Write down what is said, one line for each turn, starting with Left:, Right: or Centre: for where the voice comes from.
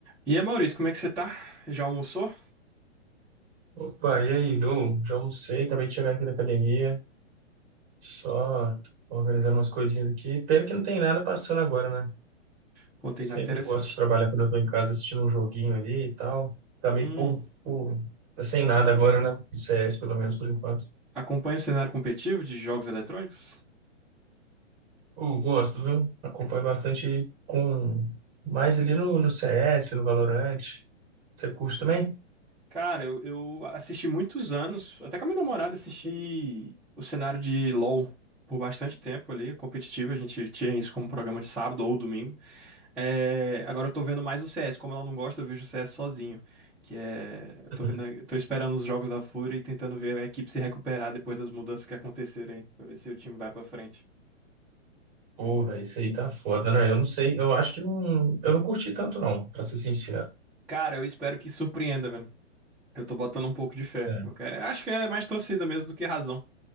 Centre: E aí, Maurício, como é que você tá? Já almoçou?
Right: Opa, e aí? Eu já almocei, acabei de chegar aqui da academia, só organizando umas coisinhas aqui. Pena que não tem nada passando agora, né?
Centre: Contei
Right: Sempre
Centre: nada interessante.
Right: gosto de trabalhar quando eu tô em casa assistindo um joguinho ali e tal. Tá meio
Centre: Hum,
Right: por, por... tá sem nada agora, né? Do CS, pelo menos por enquanto.
Centre: acompanha o cenário competitivo de jogos eletrônicos?
Right: Eu gosto, viu? Acompanho bastante com... mais ali no, no CS, no Valorant. Você curte também?
Centre: Cara, eu, eu assisti muitos anos, até com a minha namorada assisti o cenário de LoL por bastante tempo ali, competitivo, a gente tinha isso como programa de sábado ou domingo. É, agora eu tô vendo mais o CS, como ela não gosta, eu vejo o CS sozinho, que é, eu
Right: <clears throat>
Centre: tô vendo, eu tô esperando os jogos da Fúria e tentando ver a equipe se recuperar depois das mudanças que aconteceram aí, pra ver se o time vai pra frente.
Right: Uhum. Pô, véi, isso aí tá foda, né? Eu não sei, eu acho que não... Eu não curti tanto, não, pra ser sincero.
Centre: Cara, eu espero que surpreenda, velho. Eu tô botando um pouco de fé.
Right: É.
Centre: Eu que- Acho que é mais torcida mesmo do que razão.